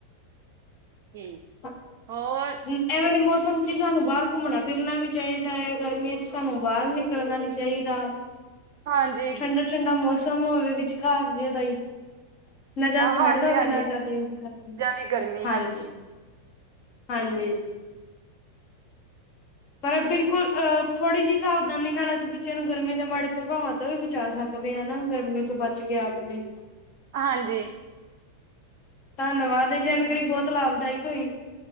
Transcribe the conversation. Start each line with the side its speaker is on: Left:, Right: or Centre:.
Right: <unintelligible>
Left: <unintelligible>
Right: ਹੋਰ
Left: ਐਵੇਂ ਦੇ ਮੌਸਮ ਚ ਸਾਨੂੰ ਬਾਹਰ ਘੁੰਮਣਾ ਫਿਰਨਾ ਵੀ ਚਾਹੀਦਾ ਹੈ ਗਰਮੀਆਂ ਚ ਸਾਨੂੰ ਬਾਹਰ ਨਿਕਲਣਾ ਨੀ ਚਾਹੀਦਾ
Right: ਹਾਂਜੀ
Left: ਬੜਾ ਠੰਡਾ ਮੌਸਮ ਹੋਵੇ ਵਿਚਕਾਰ ਜੇਦਾ ਹੀ ਨਾ ਜ਼ਿਆਦਾ
Right: ਹਾਂਜੀ-ਹਾਂਜੀ
Left: ਠੰਡ ਹੋਵੇ ਨਾ ਜ਼ਿਆਦਾ ਕਰ
Right: ਜ਼ਿਆਦਾ ਗਰਮੀ
Left: ਹਾਂਜੀ ਹਾਂਜੀ ਪਰ ਬਿਲਕੁਲ ਅਹ ਥੋੜੀ ਜਿਹੀ ਸਾਵਧਾਨੀ ਨਾਲ ਅਸੀਂ ਬੱਚਿਆਂ ਨੂੰ ਗਰਮੀ ਦੇ ਮਾੜੇ ਪ੍ਰਭਾਵਾਂ ਤੋਂ ਵੀ ਬਚਾ ਸਕਦੇ ਕਦੇ ਆ ਨਾ ਗਰਮੀ ਤੋਂ ਬਚ ਗਿਆ ਆਪ ਵੀ
Right: ਹਾਂਜੀ
Left: ਧੰਨਵਾਦ ਇਹ ਜਾਣਕਾਰੀ ਬਹੁਤ ਲਾਭਦਾਇਕ ਹੋਈ